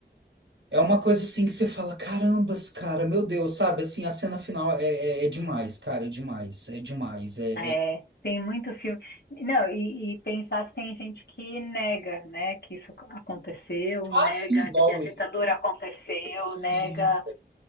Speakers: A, on the right; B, on the left.
A: é uma coisa assim que você fala, carambas, cara, meu Deus, sabe? Assim, a cena final é, é, é demais, cara, é demais, é demais, é,
B: É,
A: é...
B: tem muito filme. Não, e, e pensar se tem gente que nega, né, que isso aconteceu,
A: Ah,
B: nega
A: sim, igual
B: que a ditadura
A: ele.
B: aconteceu,
A: Sim,
B: nega.